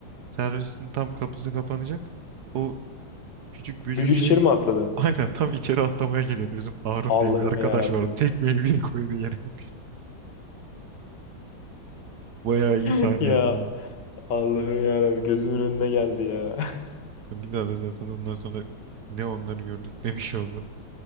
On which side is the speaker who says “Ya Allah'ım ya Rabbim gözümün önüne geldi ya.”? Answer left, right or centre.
Left